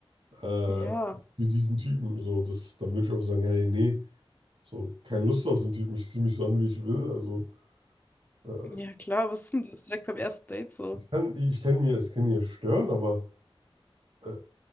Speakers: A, on the right; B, on the left.
A: äh,
B: Ja,
A: wie diesen Typen. So, das, dann würde ich auch sagen, hey, nee, so, keine Lust auf den Typen, ich zieh mich so an, wie ich will. Also, Äh,
B: ja klar, was ist denn das direkt beim ersten Date so?
A: ich kann, ich kann ihn ja, es kann ihn ja stören, aber äh,